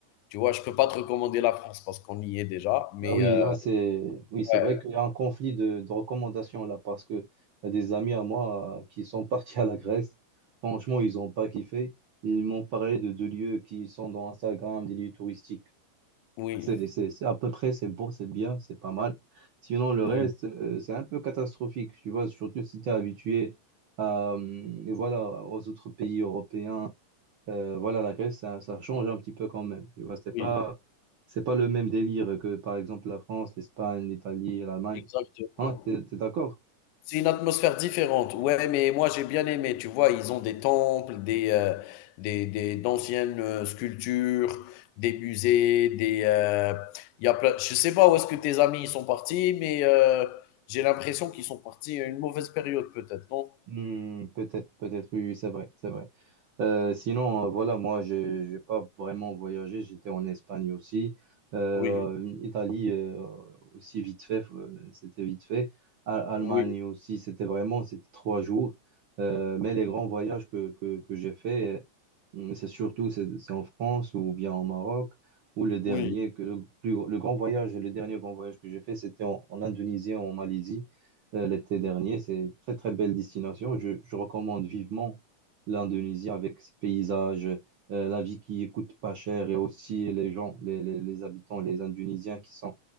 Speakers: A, on the left; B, on the right.
A: tu vois, je peux pas te recommander la France parce qu'on y est déjà. Mais
B: Ah oui,
A: euh,
B: là, c'est oui, c'est
A: ouais,
B: vrai qu'il y a un conflit de, de recommandations là parce que y a des amis à moi euh, qui sont <laughs> partis à la Grèce. Franchement, ils n'ont pas kiffé. Ils m'ont parlé de deux lieux qui sont dans Instagram, des lieux touristiques.
A: oui,
B: C'est c'est- c'est à peu près, c'est beau, c'est bien, c'est pas mal. Sinon, le
A: oui,
B: reste, euh, c'est un peu catastrophique, tu vois, surtout si tu es habitué à, euh, voilà, aux autres pays européens. Euh, voilà, la Grèce, ça, ça change un petit peu quand même. Tu vois, c'est pas,
A: oui,
B: c'est pas le même délire que, par exemple, la France, l'Espagne, l'Italie, l'Allemagne.
A: exactement.
B: Hein, t'es, t'es d'accord?
A: C'est une atmosphère différente. Ouais, mais moi j'ai bien aimé. Tu vois, ils ont des temples, des euh, des des d'anciennes euh, sculptures, des musées, des. euh, Il y a plein. Je sais pas où est-ce que tes amis ils sont partis, mais euh, j'ai l'impression qu'ils sont partis à une mauvaise période peut-être, non?
B: Hmm, peut-être, peut-être, oui, oui, c'est vrai, c'est vrai. Euh, sinon, euh, voilà, moi, je n'ai pas vraiment voyagé. J'étais en Espagne aussi. Euh,
A: Oui,
B: Italie euh, aussi, vite fait, euh, c'était vite fait. A- Allemagne
A: oui,
B: aussi, c'était vraiment, c'était trois jours. Euh, mais les grands voyages que, que, que j'ai fait, euh, c'est surtout c'est c'est en France ou bien au Maroc, ou le dernier,
A: oui,
B: que, le, plus, le grand voyage, le dernier grand voyage que j'ai fait, c'était en, en Indonésie, en Malaisie euh, l'été dernier. C'est une très, très belle destination. Je, je recommande vivement l'Indonésie avec ses paysages, euh, la vie qui coûte pas cher et aussi les gens, les, les, les habitants, les Indonésiens qui sont